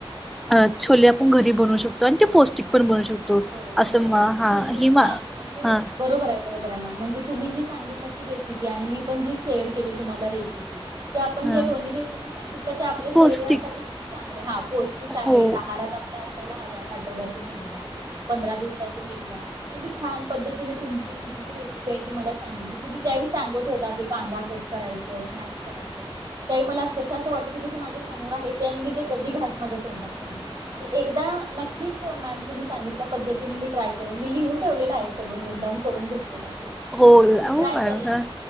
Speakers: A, in the centre; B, on the right.
A: अ छोले आपण घरी बनवू शकतो, आणि ते पौष्टिक पण बनवू शकतो. तो
B: हो बरोबर
A: असं म
B: आहे.
A: हा
B: तुम्ही
A: हि मा
B: हा म्हणजे
A: हा
B: बरोबर आहे बरोबर आहे, मॅम, म्हणजे तुम्ही जी सांगितलं ती रेसिपी, आणि मी पण जी शेअर केली तुम्हाला रेसिपी ते आपण
A: हा
B: ज्या दोन्ही रेसिपी सांगितल्या त्या आपल्या
A: पौष्टिक
B: शरीरासाठी चांगल्या हा पौष्टिक
A: हो
B: आहेत आहारात आपल्या असायला हव्यात आठवड्यातून एकदा पंधरा दिवसातून एकदा तुम्ही छान पद्धतीने तुमची म्हणजे जी रेसिपी आहे, ती मला सांगितली, तुम्ही ज्यावेळी सांगत होता ते कांदा क करायचं स्मॅश करायचं. त्या वेळी मला अक्षरशः असं वाटत होतं की माझ्या समोर आहे, ते आणि मी ते कधी घास माझ्या तोंडात घालू मी एकदा नक्कीच मॅम तुम्ही सांगितलं पद्धतीने मी ट्राय करेन मी लिहून ठेवलेलं आहे, सगळं नोटडाऊन करून घेतलेलं आहे.
A: हो
B: मी
A: हो
B: ट्राय
A: मॅम
B: करेन
A: हा